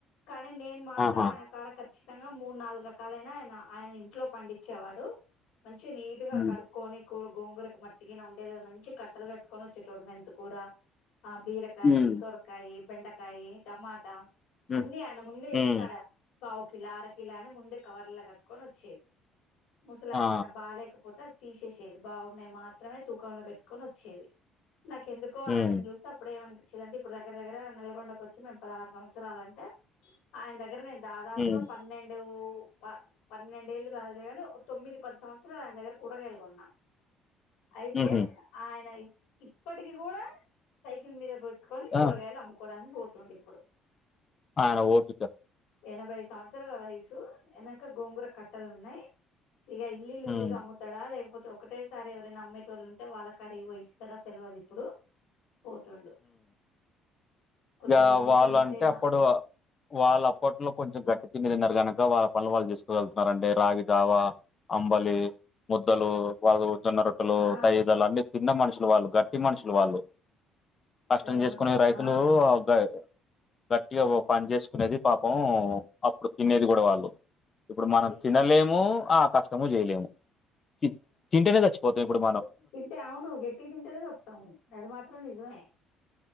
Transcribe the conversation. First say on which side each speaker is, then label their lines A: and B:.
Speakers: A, on the left; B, on the left.
A: కానీ నేన్ మాత్రం
B: ఆహా!
A: ఆయన కాడ ఖచ్చ్ చ్చితంగా మూడు నాలుగు రకాలైనా ఆయనా, ఆయన ఇంట్లో పండిచ్చేవాడూ. మంచిగ నీట్ గా
B: హ్మ్.
A: కడుక్కోని కూ గోంగూర మట్టి గిన ఉండేది గాదు మంచిగ్ కట్టలు కట్టుకొని వచ్చేటోడు. మెంతుకూరా ఆ బీరకాయి,
B: హ్మ్.
A: సొరకాయి, బెండకాయి టమాటా.
B: హ్మ్.
A: అన్నీ ఆయన ముందే
B: హ్మ్.
A: ఇంటికాడా. పావుకిిలా, అరకిలా అని ముందే కవర్లల్ల కట్టుకొని వచ్చేది. ముసలాయన
B: ఆ!
A: ఏదన్నా బాగలేకపోతే అద్ తీశేశిది బాగున్నాయి మాత్రమే తూకంలో పెట్టుకొని వచ్చేది. నాకెందుకో
B: హ్మ్.
A: ఆయనను చూసి అప్పుడేమో చ్చిదంటే ఇప్పుడు దగ్గర దగ్గర నల్గొండకొచ్చి మేము పదహారు సంవత్సరాలంటే ఆయన దగ్గర నేను దాదాపుగా
B: హ్మ్.
A: పన్నెండు ప పన్నెండేళ్ళు కాదులేగాని ఒ తొమ్మిది పది సంవత్సరాలు ఆయన దగ్గర కూరకాయలు కోన్నాం. అయితే
B: హుహు.
A: ఆయన ఇ ఇప్పటికి కూడా సైకిల్ మీదకె త్తుకొని కూరగాయలు
B: ఆ!
A: అమ్ముకోవడానికి పోతుండిప్పుడు
B: ఆయన ఓపిక
A: ఎనభై సంవత్సరాల వయసు ఎనక గోంగుర కట్టలున్నాయ్. ఇగ ఇల్లిల్లు
B: హ్మ్.
A: తిరిగి అమ్ముతాడా లేకపోతే ఒకటే సారేవరైనా అమ్మేటోళ్ళు ఉంటే వాళ్ళ కాడికి పోయిస్తాడో తెల్వదు ఇప్పుడు పోతుండు కొద్ది
B: ఇగ
A: మందికి
B: వాళ్ళంటే
A: అంతేగా
B: అప్పుడు వాళ్ళప్పట్లో కొంచెం గట్టి తిండితిన్నారు గనక ఇక వాళ్ళ పనులు వాళ్ళు చేసుకోగలుగుతున్నారండి. రాగిజావా అంబలి ముద్దలు వాళ్ళు జొన్న రొట్టెలు
A: ఆ
B: తైదలన్ని తిన్న మనుషులు వాళ్ళు గట్టి మనుషులు వాళ్ళు కష్టం
A: సరే ఎనభై
B: చేసుకొనే రైతులు
A: ఆ
B: గ గట్టిగా పని చేసుకునేది పాపం అప్పుడు తినేది కూడా వాళ్ళు ఇప్పుడు
A: అది
B: మనం తినలేము ఆ కష్టము చేయలేము. తి తింటేనే చచ్చిపోతామిప్పుడు
A: స్ తింటే అవును గట్టికి తింటేనే సత్తామ్. అది మాత్రం నిజమే.